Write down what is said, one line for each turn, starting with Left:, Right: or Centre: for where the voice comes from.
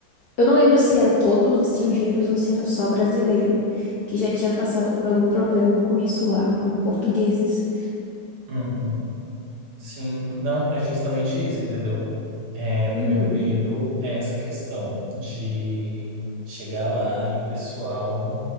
Left: Eu não lembro se era todos estrangeiros ou se era só brasileiro, que já tinha passado por algum problema com isso lá, com portugueses.
Right: Uhum. Sim, não, é justamente isso, entendeu? É, o
Left: Uhum,
Right: meu medo é essa questão de chegar lá e o pessoal